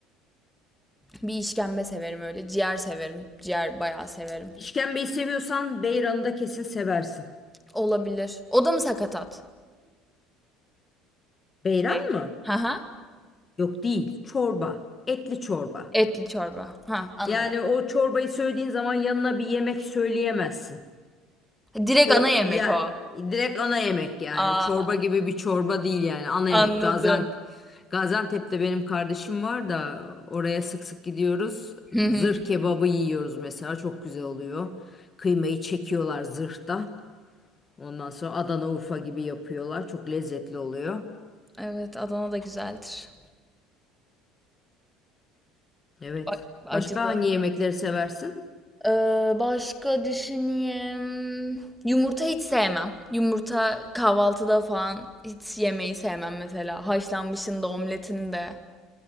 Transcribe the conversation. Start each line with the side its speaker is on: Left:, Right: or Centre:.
Centre: Bir işkembe severim öyle. Ciğer severim. Ciğer bayağı severim.
Left: İşkembeyi seviyorsan beyranı da kesin seversin.
Centre: Olabilir. O da mı sakatat?
Left: Beyran
Centre: Bey.
Left: mı?
Centre: Ha ha.
Left: Yok değil. Çorba. Etli çorba.
Centre: Etli çorba. Ha, anladım.
Left: Yani o çorbayı söylediğin zaman yanına bir yemek söyleyemezsin.
Centre: Direkt
Left: O
Centre: ana yemek
Left: yani
Centre: o.
Left: direkt ana yemek yani.
Centre: Aa,
Left: Çorba gibi bir çorba değil yani. Ana
Centre: anladım.
Left: yemek. Gaziantep Gaziantep'te benim kardeşim var da oraya sık sık gidiyoruz.
Centre: Hı hı.
Left: Zırh kebabı yiyoruz mesela. Çok güzel oluyor. Kıymayı çekiyorlar zırhta. Ondan sonra Adana Urfa gibi yapıyorlar. Çok lezzetli oluyor.
Centre: Evet, Adana da güzeldir.
Left: Evet.
Centre: A- acılı.
Left: Başka hangi yemekleri seversin?
Centre: Ee, başka düşüneyim. Yumurta hiç sevmem. Yumurta kahvaltıda falan hiç yemeyi sevmem mesela. Haşlanmışın da omletin de.